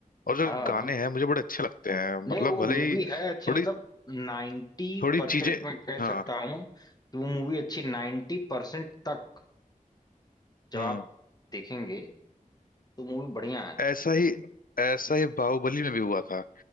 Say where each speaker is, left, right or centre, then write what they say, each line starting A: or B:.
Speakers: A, on the left; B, on the left.
A: और जो
B: हाँ
A: गाने
B: हाँ।
A: हैं मुझे बड़े अच्छे लगते हैं
B: नहीं
A: मतलब
B: वो
A: भले
B: मूवी
A: ही
B: है अच्छी
A: थोड़ी
B: मतलब नाइन्टी
A: थोड़ी
B: परसेंट
A: चीजें
B: मैं कह
A: हाँ
B: सकता हूँ कि वो मूवी अच्छी नाइन्टी परसेंट तक जब
A: हम्म
B: आप देखेंगे तो मूवी बढ़िया है
A: ऐसा ही ऐसा ही बाहुबली में भी हुआ था